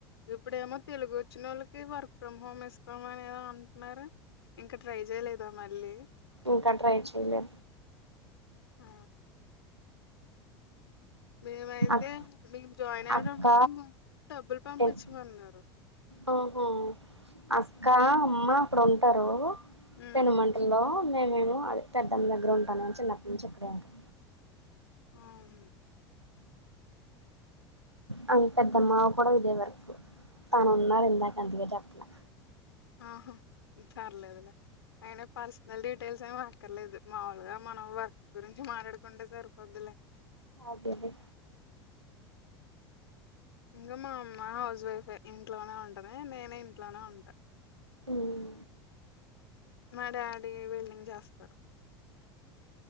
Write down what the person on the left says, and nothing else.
ఇప్పుడేమో తెలుగు వచ్చిన వాళ్ళకి వర్క్ ఫ్రమ్ హోమ్ ఇస్తాం అనేదో అంటున్నారు ఇంక ట్రై చేయలేదా మళ్ళీ
ఆ మేమైతే
మేము జాయిన్ అయిన
<unintelligible> డబ్బులు పంపించమన్నారు
ఉమ్
ఆమ్ హ్మ్
ఆహా పర్లేదులే అయినా పర్సనల్ డీటెయిల్స్ ఏమో అక్కర్లేదు మాములుగా మనం వర్క్ గురించి మాట్లాడుకుంటే సరు పోద్దిలే
ఇంగ మా అమ్మ హౌజ్ వైఫే ఇంట్లోనే ఉంటది నేనే ఇంట్లోనే ఉంటా
మా డాడి వెల్డింగ్ చేస్తరు